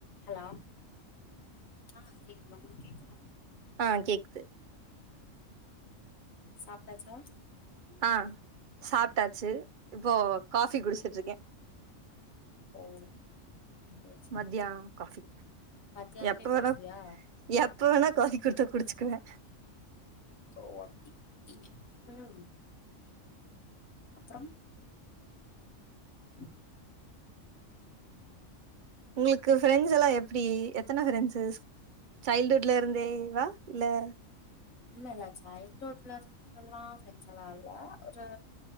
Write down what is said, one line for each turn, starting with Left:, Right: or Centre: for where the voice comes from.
Left: ஹலோ ஆ கேக்குது உங்களுக்கு கேக்குதா
Right: ஆ கேக்குது
Left: சாப்டாச்சா
Right: ஆ சாப்ட்டாச்சு இப்போ காஃபி குடுச்சுட்ருக்கே
Left: <unintelligible> சரி
Right: மதியா காஃபி
Left: மத்தியானமே
Right: எப்ப வேணா
Left: காஃபியா
Right: எப்ப வேணா காஃபி குடுத்தா குடுச்சுக்குவே
Left: ஓ அப்டி நீங்க உம் அப்புறம் உம்
Right: உங்களுக்கு ஃபிரெண்ட்ஸ் எல்லா எப்பிடி எத்தன ஃபிரெண்ட்ஸஸ் சைல்டுஹுட்ல இருந்தே வா இல்ல
Left: இல்ல இல்ல சைல்ட் வுட்ல இருந்து எல்லாம் ஃபிரண்ட்ஸ் எல்லாம் இல்ல ஒரு